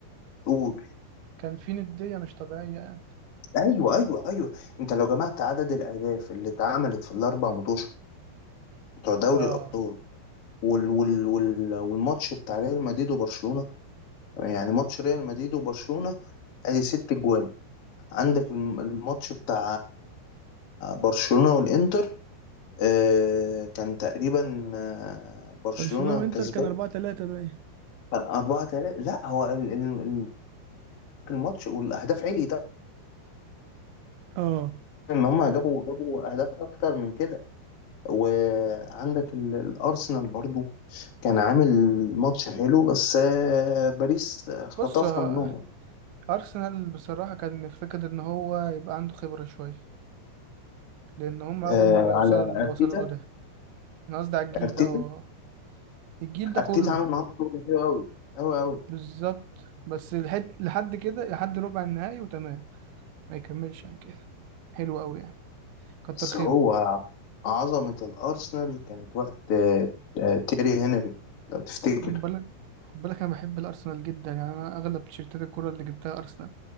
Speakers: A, on the left; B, on the right.
A: قول
B: كان فيه ندية مش طبيعية يعني
A: ايوه ايوه ايوه انت لو جمعت عدد الاهداف اللي اتعملت في الاربع ماتش بتوع دوري
B: اه
A: الابطال وال وال وال والماتش بتاع ريال مدريد وبرشلونة يعني ماتش ريال مدريد وبرشلونة ادي ست جوان عندك الم- الماتش بتاع برشلونة والانتر آه، كان تقريبا آه، برشلونة
B: برشلونة وانتر
A: كسبان
B: كان 4 3 باين
A: 4 3 لا هو ال- ال- الماتش والاهداف عليت
B: اه
A: ان هم جابوا جابوا اهداف اكتر من كده وعندك ال- الارسنال برضو كان عامل ماتش حلو بس آه، باريس خطفها
B: بص آه،
A: منهم يعني
B: أرسنال بصراحة كان فكرة إن هو يبقى عنده خبرة شوية لان هم اول
A: آه،
B: مره يوصلوا
A: على
B: اللي
A: ارتيتا
B: وصلوا له ده انا قصدي على الجيل
A: ارتيتا
B: ده اه الجيل ده
A: ارتيتا
B: كله
A: عامل معاهم شغل حلو قوي قوي قوي
B: بالظبط بس لحد لحد كده لحد ربع النهائي وتمام ما يكملش عن كده حلو قوي يعني كتر
A: بس
B: خيره
A: هو عظمة الارسنال كانت وقت آه، آه، تيري هنري لو تفتكر
B: خد بالك خد بالك انا بحب الارسنال جدا يعني انا اغلب تيشيرتات الكوره اللي جبتها ارسنال